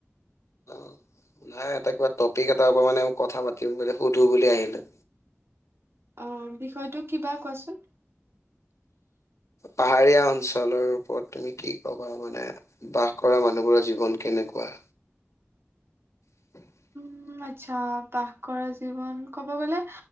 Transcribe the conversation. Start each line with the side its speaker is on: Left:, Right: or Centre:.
Left: <unintelligible> নাই, এটা কিবা টপিক এটাৰ পৰা মানে ম- কথা পাতিম বুলি সুধো বুলি আহিলোঁ।
Right: অ' বিষয়টো কিবা, কোৱাচোন।
Left: পাহাৰীয়া অঞ্চলৰ ওপৰত তুমি কি কবা? মানে বাস কৰা মানুহবোৰৰ জীৱন কেন নেকুৱা? <unintelligible>
Right: উম, আচ্ছা। বাস কৰা জীৱন, কব গ'লে